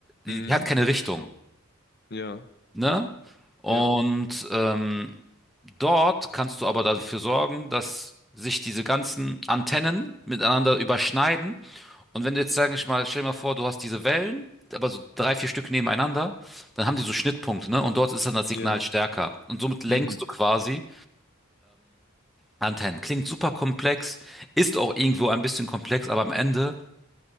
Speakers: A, in the centre; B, on the left (about 45°).
A: Die,
B: mhm,
A: die hat keine Richtung,
B: ja,
A: ne? Und
B: ja,
A: ähm, dort kannst du aber dafür sorgen, dass sich diese ganzen Antennen miteinander überschneiden. Und wenn du jetzt, sag ich mal, stell dir mal vor, du hast diese Wellen, aber so drei, vier Stück nebeneinander, dann haben die so Schnittpunkte, ne? Und dort ist dann das Signal
B: ja.
A: stärker. Und somit lenkst
B: Mhm,
A: du quasi Antennen. Klingt super komplex, ist auch irgendwo ein bisschen komplex, aber am Ende